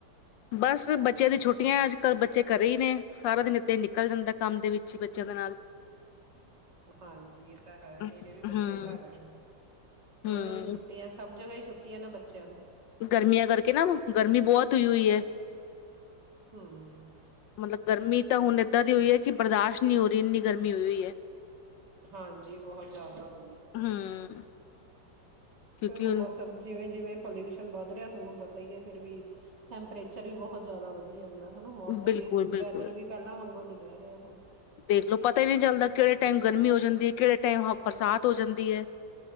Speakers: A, on the left; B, on the right.
A: ਬਸ ਬੱਚਿਆਂ ਦੀ ਛੁੱਟੀਆਂ ਅੱਜ ਕੱਲ੍ਹ ਬੱਚੇ ਕਰੇ ਹੀ ਨੇ ਸਾਰਾ ਦਿਨ ਇਏਦਾਂ ਹੀ ਨਿਕਲ ਜਾਂਦਾ ਕੰਮ ਦੇ ਵਿੱਚ ਹੀ ਬੱਚਿਆਂ ਦੇ ਨਾਲ
B: ਹਾਂਜੀ ਇਹ ਤਾਂ ਹੈ
A: ਹਮ
B: ਮੇਰੇ ਵੀ ਬੱਚੇ ਘਰ ਹੈ ਹਨ ਉਹਨਾਂ
A: ਹਮ
B: ਨੂੰ ਵੀ ਛੁੱਟੀੀਆਂ ਸਭ ਜਗ੍ਹਾ ਹੀ ਛੁੱਟੀ ਨਾ ਬੱਚਿਆਂ ਨੂੰ
A: ਗਰਮੀਆਂ ਕਰਕੇ ਨਾ ਗਰਮੀ ਬਹੁਤ ਹੋਈ ਹੋਈ ਹੈ
B: ਹਮ।
A: ਮਤਲਬ ਗਰਮੀ ਤਾਂ ਹੁਣ ੱਦਾਂ ਦੀ ਹੋਈ ਹੈ ਕਿ ਬਰਦਾਸ਼ਤ ਨਹੀਂ ਹੋ ਰਹੀ ਇੰਨੀ ਗਰਮੀ ਹੋਈ ਹੋਈ ਹੈ
B: ਹਾਂਜੀ ਬਹੁਤ ਜ਼ਿਆਦਾ ਹੋ ਗਈ ਆ
A: ਹਮ ਕਿਉਂਕਿ
B: ਫਿਰ ਹੁਣ ਬਸ ਜਿਵੇਂ ਜਿਵੇਂ। ਪੋਲਿਊਸ਼ਨ ਵੱਧ ਰਿਹਾ ਤੁਹਾਨੂੰ ਪਤਾ ਹੀ ਹੈ ਫਿਰ ਵੀ ਟੈਂਪਰੇਚਰ ਵੀ ਬਹੁਤ ਜ਼ਿਆਦਾ ਵਧੀ ਜਾਂਦਾ। ਹਨਾ ਮੌਸਮ
A: ਬਿਲਕੁਲ
B: ਵੀ
A: ਬਿਲਕੁਲ
B: ਵੈਦਰ ਵੀ ਪਹਿਲਾਂ ਵਾਂਗੋ ਨੀ। ਰਹਿ ਰਿਹਾ ਹੁਣ।
A: ਦੇਖਲੋ ਪਤਾ ਹੀ ਨਹੀਂ ਚੱਲਦਾ ਕਿਹੜੇ। ਟਾਈਮ ਗਰਮੀ ਹੋ ਜਾਂਦੀ ਹੈ ਕਿਹੜੇ ਟਾਈਮ। ਬਰਸਾਤ ਹੋ ਜਾਂਦੀ ਹੈ।